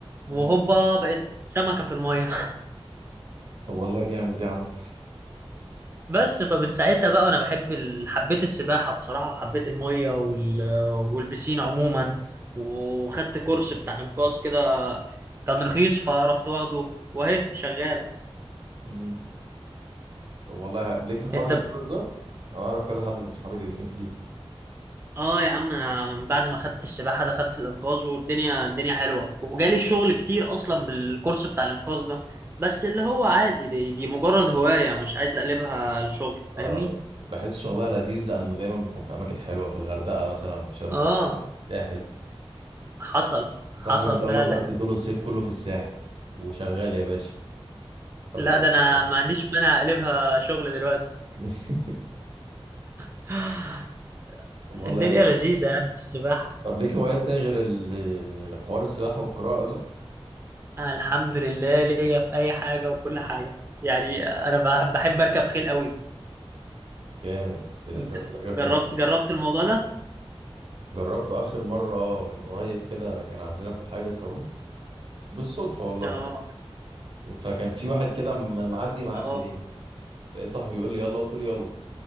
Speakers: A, on the right (about 25°); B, on the right (about 65°).
A: وهوبا
B: مم.
A: بقيت سمكه في الميه
B: طب والله جامد يا عم
A: <laughs> بس فمن ساعتها بقى وانا بحب ال... حبيت السباحه بصراحه وحبيت الميه وال... والبسين عموما وخدت كورس بتاع انقاذ كده كان رخيص فرحت واخده واهي شغاله
B: مم. طب والله حلو. ليك في حوار
A: انت
B: الإنقاذ ده أنا أعرف كذا حد من صحابي دايسين فيه
A: اه يا عم انا من بعد ما خدت السباحه ده خدت الانقاذ والدنيا الدنيا حلوه وجالي شغل كتير اصلا بالكورس بتاع الانقاذ ده بس اللي هو عادي دي, دي مجرد هوايه مش عايز اقلبها لشغل فاهمني
B: أه بس بحس شغلها لذيذ لأنه دايما بيكون في أماكن حلوة في الغردقة مثلا في شرم
A: اه
B: الشيخ، في الساحل
A: حصل
B: صاحبي
A: حصل
B: ما شاء
A: فعلا
B: الله بيقضي طول الصيف كله في الساحل وشغال يا باشا فبيبقى
A: لا ده انا
B: أحسن حد.
A: ما عنديش مانع اقلبها شغل دلوقتي
B: <laughs>
A: <sighs>
B: طب والله
A: الدنيا لذيذه يعني في السباحه
B: طب ليك هوايات تاني غير ال... غير حوار السباحة والقراءة ده
A: الحمد لله ليا في اي حاجه وكل حاجه يعني انا بحب بحب اركب خيل قوي
B: جامد بتركب
A: انت
B: بتركب فين
A: جربت جربت الموضوع ده
B: جربته آخر مرة من قريب كده كان عندنا في بحيرة قارون بالصدفة والله
A: اه
B: فكان في واحد كده م- معدي معاه
A: آه.
B: خلية لقيت صاحبي بيقول لي يلا قلت له يلا